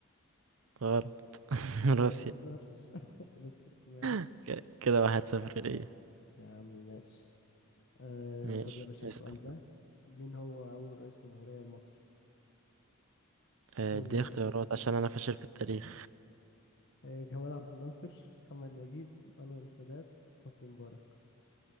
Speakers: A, on the right; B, on the left.
A: غلط <laughs>
B: ما تهزرش
A: روسيا
B: <laughs> روسيا ماشي
A: ك- كده واحد صفر ليا
B: يا عمي ماشي آه
A: ماشي
B: خد يا باشا السؤال
A: اسأل
B: ده مين هو أول رئيس جمهورية لمصر؟
A: آه،
B: قول
A: اديني
B: يا باشا
A: اختيارات عشان انا فاشل في التاريخ
B: آه جمال عبد الناصر محمد نجيب أنور السادات حسني مبارك